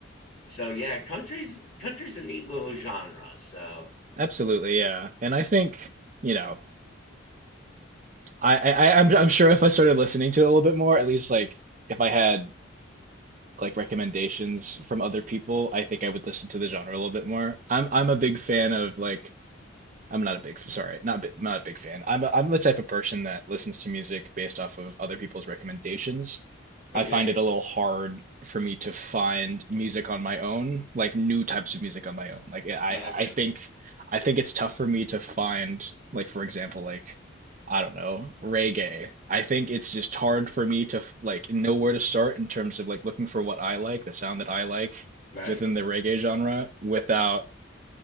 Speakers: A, on the left (about 45°); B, on the right (about 35°).
A: so yeah, country's country's a neat little genre. So
B: Absolutely, yeah. And I think, you know, I, I I- I'm I'm sure if I started listening to it a little bit more, at least like if I had like recommendations from other people, I think I would listen to the genre a little bit more. I'm I'm a big fan of like I'm not a big, sorry, not bi- not a big fan. I'm a, I'm the type of person that listens to music based off of other people's recommendations.
A: okay,
B: I find it a little hard for me to find music on my own, like new types of music on my own. Like yeah, I
A: gotcha.
B: I think I think it's tough for me to find like for example like I don't know, reggae. I think it's just hard for me to f- like know where to start in terms of like looking for what I like, the sound that I like
A: Right.
B: within the reggae genre without